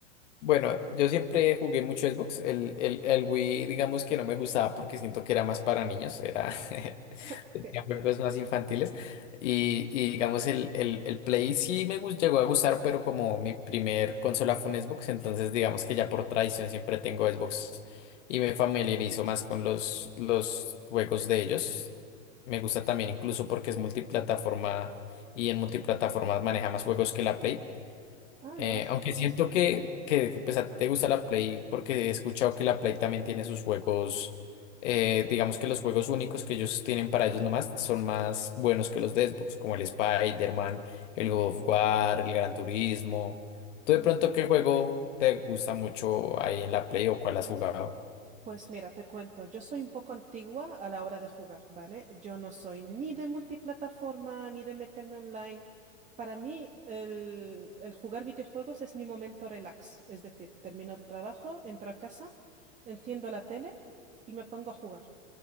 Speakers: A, on the left (about 65°); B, on the right (about 20°).
A: Bueno, yo siempre jugué mucho Xbox. El, el, el Wii, digamos que no me gustaba porque siento que era más para niños, era <laughs>
B: <laughs>
A: tenía juegos más infantiles. Y, y digamos, el, el, el Play sí me gus- llegó a gustar, pero como mi primer consola fue un Xbox, entonces digamos que ya por tradición siempre tengo Xbox y me familiarizo más con los, los juegos de ellos. Me gusta también incluso porque es multiplataforma y en multiplataformas maneja más juegos que la Play.
B: Ah,
A: Eh,
B: no lo sabía
A: aunque siento
B: eso.
A: que, que, que, pues, a ti te gusta la Play porque he escuchado que la Play también tiene sus juegos, eh, digamos que los juegos únicos que ellos tienen para ellos nomás son más buenos que los de Xbox, como el Spider-Man, el
B: Ujú,
A: God of War, el Gran Turismo. ¿Tú
B: ujú.
A: de pronto qué juego te gusta mucho ahí en la Play o cuál has jugado?
B: Pues mira, te cuento, yo soy un poco antigua a la hora de jugar, ¿vale? Yo no soy ni de multiplataforma ni de meterme online. Para mí, el, el jugar videojuegos es mi momento relax, es decir, termino el trabajo, entro a casa, enciendo la tele y me pongo a jugar.